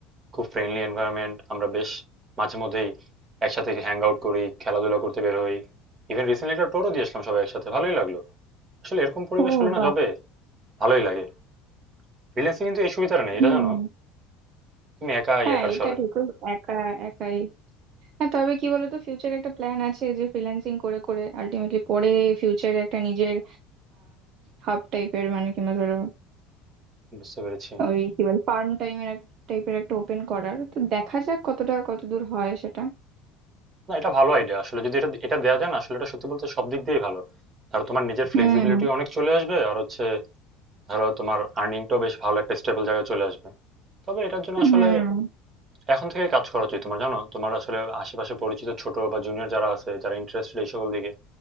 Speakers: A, on the right; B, on the right.
A: খুব ফ্রেন্ডলি এনভায়রনমেন্ট আমরা বেশ মাঝে মধ্যেই একসাথে হ্যাং আউট করি খেলাধুলা করতে বের হই ইভেন রিসেন্টলি একটা টোরও দিয়ে আসলাম সবাই একসাথে ভালোই লাগলো আসলে এরকম পরিবেশ
B: ও
A: হলে না
B: বাবা
A: জবে ভালোই লাগে ফ্রিল্যান্সিং কিন্তু এই সুবিধাটা নেই এটা
B: হুম
A: জানো তুমি একা
B: হ্যাঁ
A: একার
B: এটা
A: স্বর
B: ঠিক ও একা একাই হ্যাঁ তবে কি বলতো ফিউচারে একটা প্ল্যান আছে যে ফ্রিল্যান্সিং করে করে আলটিমেটলি পরে ফিউচারে একটা নিজের হাব টাইপের মানে কিংবা ধরো
A: বুঝতে পেরেছি
B: ওই কি বলে ফার্ম টাইমের এক টাইপের একটা ওপেন করার তো দেখা যাক কতটা কতদূর হয় সেটা
A: না এটা ভালো আইডিয়া আসলে যদি এটা এটা দেওয়া যায় না আসলে এটা সত্যি বলতে সব দিক দিয়েই ভালো ধরো তোমার নিজের ফ্লেক্সিবিলিটি
B: হুম
A: অনেক চলে আসবে আর হচ্ছে ধরো তোমার আর্নিংটাও বেশ ভালো একটা স্টেবল জায়গায় চলে আসবে তবে এটার জন্য
B: হুম
A: আসলে এখন থেকেই কাজ করা উচিত তোমার জানো তোমার আসলে আশেপাশে পরিচিত ছোট বা জুনিয়র যারা আছে যারা ইন্টারেস্টেড এই সকল দিকে